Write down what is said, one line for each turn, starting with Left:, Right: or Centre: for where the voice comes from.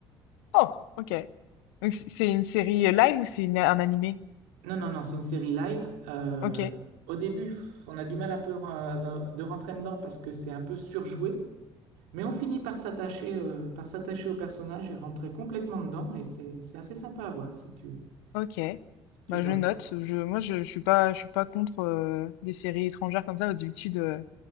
Left: Oh, ok. Donc, c- C'est une série live ou c'est une- un animé?
Right: Non, non, non, c'est une série live. Euh,
Left: Ok,
Right: au début, on a du mal un peu euh, de, de rentrer dedans parce que c'est un peu surjoué, mais on finit par s'attacher euh, par s'attacher au personnage et rentrer complètement dedans et c'est c'est assez sympa à voir si tu,
Left: ok.
Right: si tu
Left: Bah
Right: veux.
Left: je note. Je, moi je, je suis pas, je suis pas contre euh, des séries étrangères comme ça. D'habitude, euh,